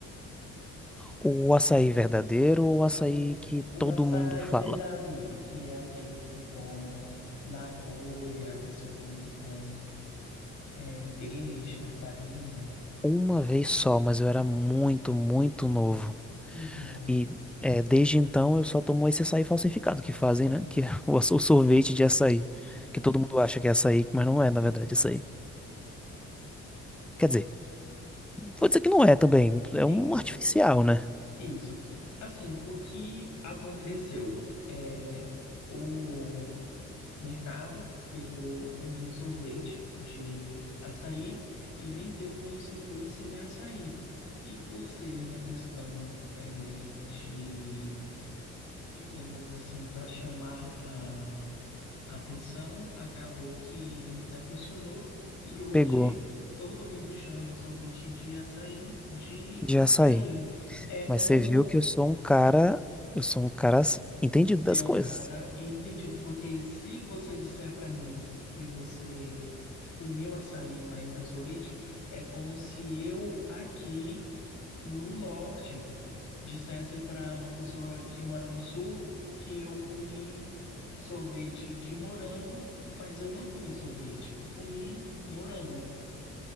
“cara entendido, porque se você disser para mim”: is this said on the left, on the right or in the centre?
Left